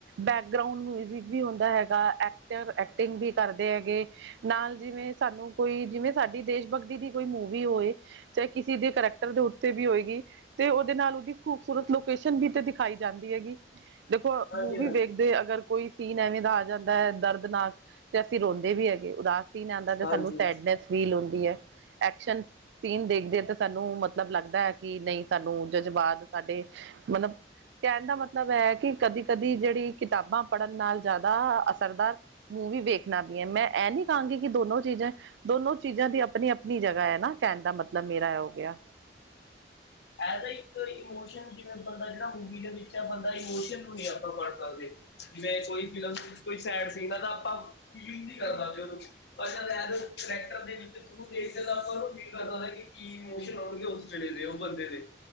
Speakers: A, on the right; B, on the left.
A: ਬੈਕਗਰਾਊਂਡ ਮਿਊਜਿਕ ਵੀ ਹੁੰਦਾ ਹੈਗਾ, ਐਕਟਰ ਐਕਟਿੰਗ ਵੀ ਕਰਦੇ ਹੈਗੇ। ਨਾਲ ਜਿਵੇਂ ਸਾਨੂੰ ਕੋਈ ਜਿਵੇਂ, ਸਾਡੀ ਦੇਸ਼ ਭਗਤੀ ਦੀ ਕੋਈ ਮੂਵੀ ਹੋਏ, ਚਾਹੇ ਕਿਸੇ ਦੇ ਕ ਦੇ ਉੱਤੇ ਵੀ ਹੋਏਗੀ, ਤੇ ਉਹਦੇ ਨਾਲ ਉਹਦੀ ਖੂਬਸੂਰਤ ਲੋਕੇਸ਼ਨ ਵੀ ਤੇ ਦਿਖਾਈ ਜਾਂਦੀ ਹੈਗੀ। ਦੇਖੋ
B: ਹਾਂਜੀ
A: ਮੂਵੀ
B: ਹਾਂਜੀ
A: ਵੇਖਦੇ ਅਗਰ, ਕੋਈ ਸੀਨ ਐਵੇਂ ਦਾ ਆ ਜਾਂਦਾ ਹੈ, ਦਰਦਨਾਕ ਤੇ ਅਸੀਂ ਰੋਂਦੇ ਵੀ ਹੈਗੇ ਉਦਾਸ ਸੀਨ ਆਦਾ ਤੇ
B: ਹਾਂਜੀ
A: ਸਾਨੂੰ
B: ਹਾਂਜੀ
A: ਸੈਡਨੈਸ ਫੀਲ ਹੁੰਦੀ ਐ, ਐਕਸ਼ਨ ਸੀਨ ਦੇਖਦੇ ਤੇ ਸਾਨੂੰ ਮਤਲਬ ਲੱਗਦਾ ਹੈ, ਕਿ ਨਹੀਂ ਸਾਨੂੰ ਜਜ਼ਬਾਤ ਸਾਡੇ ਮਤਲਬ ਕਹਿਣ ਦਾ ਮਤਲਬ ਹੈ, ਕਿ ਕਦੀ ਕਦੀ ਜਿਹੜੀ ਕਿਤਾਬਾਂ ਪੜ੍ਹਨ ਨਾਲ ਜ਼ਿਆਦਾ ਅਸਰਦਾਰ ਵੀ ਵੇਖਣਾ ਵੀ ਹੈ ਮੈਂ ਇਹ ਨੀ ਕਹਾਂਗੀ, ਕਿ ਦੋਨੋ ਚੀਜ਼ਾਂ ਦੋਨੋ ਚੀਜ਼ਾਂ ਦੀ ਆਪਣੀ ਆਪਣੀ ਜਗ੍ਹਾ ਹੈ ਨਾ, ਕਹਿਣ ਦਾ ਮਤਲਬ ਮੇਰਾ ਔ ਗਿਆ।
B: ਐ ਇੱਕ ਇਮੋਸ਼ਨ ਜਿਵੇਂ, ਬੰਦਾ ਜਿਹੜਾ ਮੂਵੀ ਦੇ ਵਿੱਚ ਬੰਦਾ ਇਮੋਸ਼ਨ ਨੂੰ ਨਹੀਂ ਆਪਾਂ ਫੜ ਸਕਦੇ। ਜਿਵੇਂ ਕੋਈ ਫਿਲਮ ਵਿੱਚ ਕੋਈ ਸੈਡ ਸੀਨ ਆ ਤਾਂ ਆਪਾਂ ਫੀਲ ਨਹੀਂ ਕਰਨਾ ਉਹਨੂੰ ਪਰ ਕਰੈਕਟਰ ਦੇ ਵਿੱਚ ਥਰੂ ਦੇਖਦੇ ਤਾਂ ਆਪਾਂ ਉਹਨੂੰ ਫੀਲ ਕਰ ਸਕ ਕਿ ਕੀ ਇਮੋਸ਼ਨ ਹੋਣਗੇ ਉਸ ਵੇਲੇ ਦੇ ਬੰਦੇ ਦੇ,